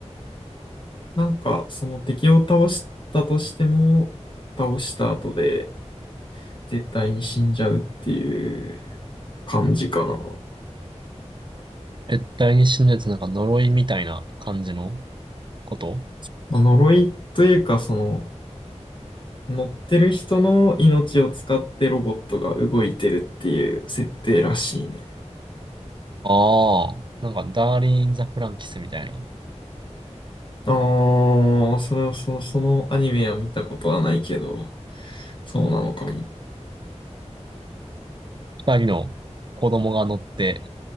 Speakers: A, on the left; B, on the right.
A: なんかその敵を倒したとしても、倒した後で絶対に死んじゃうっていう感じかな。
B: 絶対に死んでてなんか呪いみたいな感じのこと
A: まあ呪いというか、その、乗ってる人の命を使ってロボットが動いてるっていう設定らしいね。
B: ああ、なんか、ダーリン・ザ・フランキスみたいな。
A: ああ、それはその、そのアニメは見たことはないけど、そうなのかも。
B: 二人の子供が乗って、